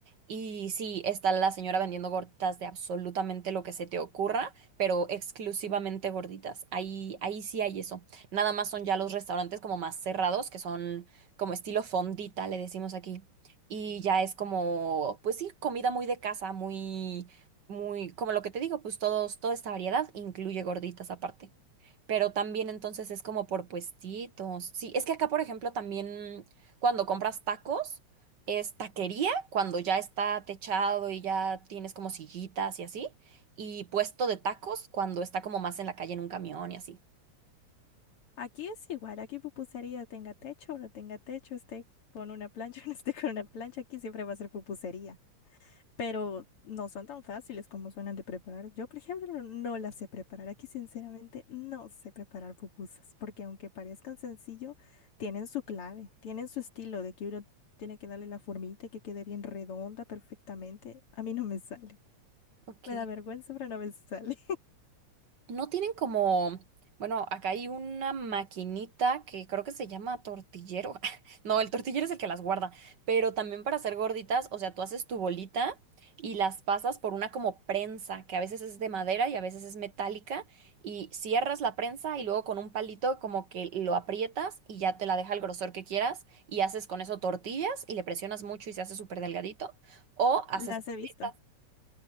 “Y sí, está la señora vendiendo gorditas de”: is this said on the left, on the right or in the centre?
Right